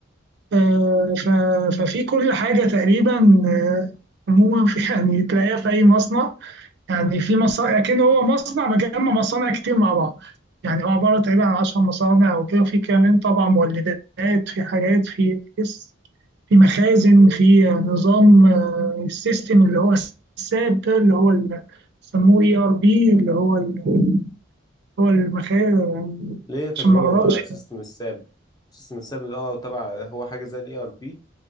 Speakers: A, on the right; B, on the left.
A: آه، ف- ففي كل حاجة تقريبا آه، عموما في <laughs> يعني تلاقيها في أي مصنع يعني في مصانع لكن هو مصنع مجمع مصانع كتير مع بعض يعني هو عبارة تقريبا عن 10 مصانع أو كده وفي كمان طبعا مولدات في حاجات في تحس- في مخازن في نظام آه، السيستم اللي هو الساب ده اللي هو ال- بيسموه اي ار بي اللي هو ال- هو المخازن
B: ليا تجربه
A: عشان ما أغلطش
B: مع سيستم الساب سيستم الساب ده اه طبعا هو حاجه زي الاي ار بي